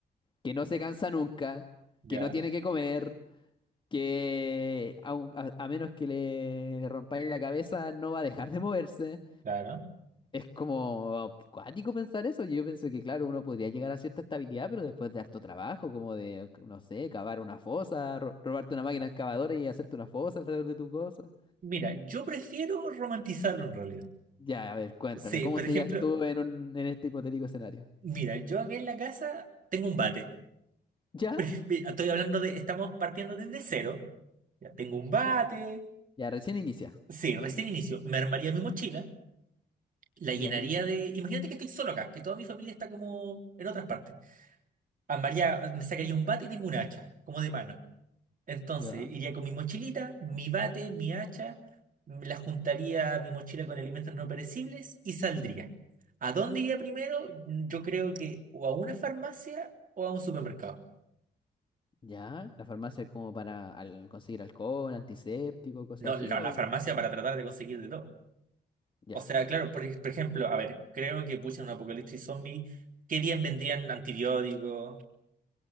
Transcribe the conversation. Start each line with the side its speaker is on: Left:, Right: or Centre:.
Left: que no se cansa nunca,
Right: Ya,
Left: que no tiene que comer que a, un- a- a menos que le, le rompáis la cabeza no va a dejar de moverse.
Right: claro.
Left: Es como cuático pensar eso. Yo pienso que, claro, uno podría llegar a cierta estabilidad, pero después de harto trabajo, como de, no sé, cavar una fosa, ro- robarte una máquina excavadora y hacerte una fosa alrededor de tu cosa.
Right: Mira, yo prefiero romantizarlo en realidad.
Left: Ya, a ver, cuéntame,
Right: Sí,
Left: ¿cómo
Right: por
Left: serías
Right: ejemplo,
Left: tú en, un- en este hipotético escenario?
Right: mira, yo aquí en la casa tengo un bate.
Left: ¿Ya?
Right: <laughs> Mira, Estoy hablando de, estamos partiendo desde cero. Ya tengo un bate.
Left: Ya, recién inicia.
Right: Sí, recién inicio. Me armaría mi mochila, la llenaría
Left: ¿Ya?
Right: de. Imagínate que estoy solo acá, que toda mi familia está como en otras partes. Armaría, me sacaría un bate y tengo un hacha, como de mano. Entonces,
Left: ¿Ya?
Right: iría con mi mochilita, mi bate, mi hacha, me la juntaría a mi mochila con alimentos no perecibles y saldría. ¿A dónde iría primero? Yo creo que o a una farmacia o a un supermercado.
Left: ¿Ya? ¿La farmacia como para al- conseguir alcohol, antiséptico, cosas
Right: No,
Left: así?
Right: la,
Left: ¿O
Right: la farmacia para tratar de conseguir de todo.
Left: ya?
Right: O sea, claro, por, ej- por ejemplo, a ver, creo que pucha, en un apocalipsis zombie, qué bien vendrían antibióticos.